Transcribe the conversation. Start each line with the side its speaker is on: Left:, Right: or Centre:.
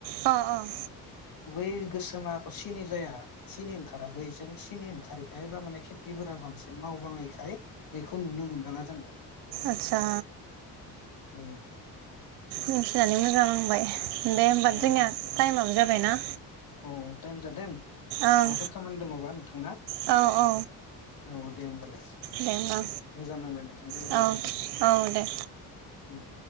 Right: अ अ
Left: बेै गो जोंहा एख' सिनि जाया सिनि ओंखारा बैजों सिनि ओंखारैखाय बा माने खेथिफोरा बांसिन मावबाङैखाय बैखौ नुनो मोनबाङा जोङो।
Right: आतसा
Left: उम
Right: मिथिनानै मोजां नांबाय। दे होमबा
Left: औ
Right: जोंनिया टाइमाबो जा बायना
Left: औ टाइम जादों माबाफोर
Right: ओं
Left: खामानि दङबा नोंथांना
Right: औ औ
Left: औ दे होनोमबालाय
Right: दे होमबा
Left: मोजां नांबाय नोंथांजों लोगो
Right: औ
Left: मोननानै
Right: औ दे
Left: दे।